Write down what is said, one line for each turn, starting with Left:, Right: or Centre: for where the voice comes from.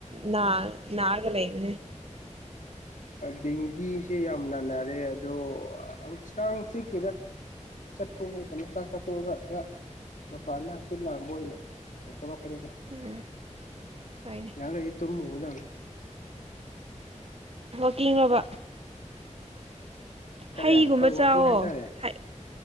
Right: ꯅꯥ ꯅꯥꯔꯒ ꯂꯩꯕꯅꯦ
Left: ꯗꯦꯡꯒꯤꯁꯦ ꯌꯥꯝ ꯅꯥꯅꯔꯦ ꯑꯗꯣ ꯍꯧ ꯀꯥꯡꯆꯤꯛ <unintelligible> ꯇꯣꯛꯑꯒ ꯈꯔ ꯃꯄꯥꯟꯗ ꯍꯪꯆꯤꯛ ꯂꯥꯡꯕ ꯑꯣꯢꯅ ꯊꯣꯛꯂꯛꯄꯅꯤꯗ
Right: ꯎꯝ ꯍꯣꯢꯅꯦ
Left: ꯉꯍꯥꯛ ꯂꯩꯔꯗꯤ ꯇꯨꯝꯃꯨꯔꯗꯝꯃꯤ
Right: ꯋꯥꯀꯤꯡꯔꯣꯕ
Left: ꯀꯔꯤ
Right: ꯍꯩꯒꯨꯝꯕ
Left: ꯍꯣꯏ ꯋꯥꯛꯀꯤꯡ
Right: ꯆꯥꯋꯣ
Left: ꯍꯥꯏꯇꯥꯔꯦ
Right: ꯍꯩ